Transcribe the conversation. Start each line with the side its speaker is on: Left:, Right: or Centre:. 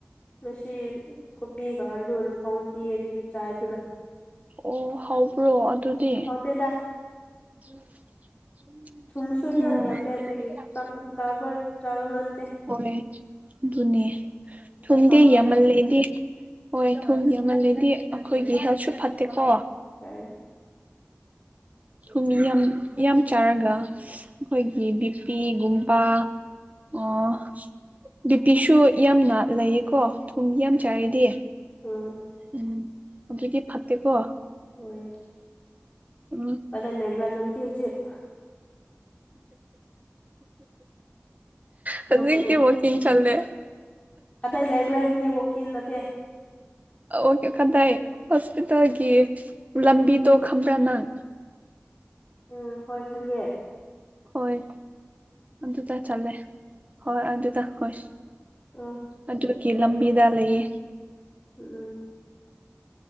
Left: ꯉꯁꯤ ꯀꯣꯕꯤꯒ ꯑꯂꯨ ꯊꯣꯡꯄꯤ ꯑꯗꯒꯤ ꯆꯥꯏꯗꯨꯅ
Right: ꯑꯣ ꯍꯕ꯭ꯔꯣ ꯑꯗꯨꯗꯤ
Left: ꯍꯧꯇꯦꯗꯥ
Right: <unintelligible>
Left: ꯊꯨꯝꯁꯨ ꯌꯥꯝ
Right: ꯎꯝ
Left: ꯌꯥꯝꯃꯦ ꯑꯗꯨꯒꯤ ꯆꯥꯕ ꯆꯥꯕ ꯉꯝꯗꯦ
Right: ꯍꯣꯏ ꯑꯗꯨꯅꯦ ꯊꯨꯝꯗꯤ
Left: ꯍꯥꯎꯇꯦ
Right: ꯌꯥꯝꯃꯜꯂꯦꯗꯤ ꯍꯣꯏ ꯊꯨꯝ ꯌꯝꯃꯥꯟꯀꯗꯤ ꯑꯩꯈꯣꯏꯒꯤ ꯍꯦꯜꯠꯁꯨ ꯐꯠꯇꯦꯀꯣ
Left: ꯎꯝ
Right: ꯊꯨꯝ ꯌꯥꯝ ꯌꯥꯝ ꯆꯥꯔꯒ ꯑꯩꯈꯣꯏꯒꯤ ꯕꯤꯄꯤꯒꯨꯝꯕ ꯑꯣ ꯕꯤꯄꯤꯁꯨ ꯌꯥꯝꯅ ꯂꯩꯌꯦꯀꯣ ꯊꯨꯝꯒꯤ ꯌꯥꯝ ꯆꯥꯏꯔꯗꯤ
Left: ꯎꯝ
Right: ꯎꯝ ꯑꯗꯨꯗꯤ ꯐꯠꯇꯦꯀꯣ
Left: ꯍꯣꯏ
Right: ꯎꯝ
Left: ꯄ ꯅꯦꯕ꯭ꯔꯥ ꯑꯗꯨꯝ ꯀ ꯍꯧꯖꯤꯦ <unintelligible>
Right: ꯍꯧꯖꯤꯛꯀꯤ
Left: ꯅꯣꯛꯀꯅꯨ
Right: ꯋꯥꯀꯤꯡ ꯆꯠꯂꯦ
Left: ꯑꯗꯥꯏ ꯂꯩꯕ꯭ꯔꯥ ꯍꯥꯏꯕꯅꯤ ꯋꯥꯜꯀꯤꯟ ꯅꯠꯇꯦ
Right: ꯑꯣꯀꯦ ꯀꯗꯥꯏ ꯍꯣꯁꯄꯤꯇꯥꯜꯒꯤ ꯂꯝꯕꯤꯗꯣ ꯈꯝꯕ꯭ꯔꯥ ꯅꯪ
Left: ꯎꯝ ꯍꯣꯏ ꯈꯪꯉꯦ
Right: ꯍꯣꯏ ꯑꯗꯨꯗ ꯆꯠꯂꯦ ꯍꯣꯏ ꯑꯗꯨꯗ ꯍꯣꯏ
Left: ꯎꯝ
Right: ꯑꯗꯨꯒꯤ ꯂꯝꯕꯤꯗ ꯂꯩꯌꯦ
Left: ꯎꯝ